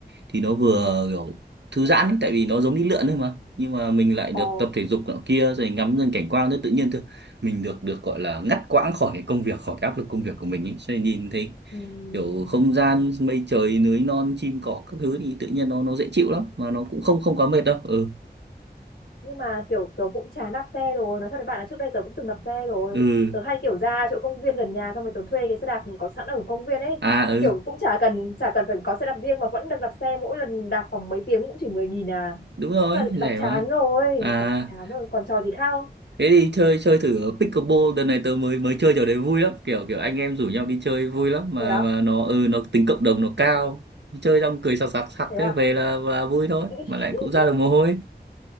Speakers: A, on the right; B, on the left.
A: thì nó vừa
B: ừ.
A: kiểu thư giãn ấy, tại vì nó giống đi lượn thôi mà nhưng mà mình lại
B: Ờ,
A: được tập thể dục nọ kia rồi ngắm dần cảnh quan rất tự nhiên thôi mình được được gọi là ngắt quãng khỏi cái công việc khỏi cái áp lực công việc của mình ấy Cho nên nhìn thấy
B: Ừ.
A: kiểu không gian mây trời núi non chim cỏ các thứ thì tự nhiên nó nó dễ chịu lắm mà nó cũng không không quá mệt đâu ừ
B: nhưng mà kiểu tớ cũng chán đạp xe rồi nói thật với bạn là trước đây tớ cũng từng đạp xe rồi
A: ừ
B: tớ hay kiểu ra chỗ công viên gần nhà xong rồi tớ thuê cái xe đạp có sẵn ở công viên ấy
A: À ừ,
B: kiểu cũng chả cần chả cần phải có xe đạp riêng mà vẫn được đạp xe mỗi lần đạp khoảng mấy tiếng cũng chỉ mười nghìn à
A: đúng rồi,
B: nhưng mà đạp
A: rẻ
B: chán
A: mà.
B: rồi
A: À,
B: đạp chán rồi còn trò gì khác không
A: thế đi chơi chơi thử ở pickleball đợt này tớ mới mới chơi trò đấy vui lắm, kiểu kiểu anh em rủ nhau đi chơi vui lắm mà
B: thế à
A: mà nó ừ nó tính cộng đồng nó cao. Chơi xong cười sặc sặc sặc
B: thế à
A: thế về là, là vui thôi,
B: <laughs>
A: mà lại cũng ra được mồ hôi.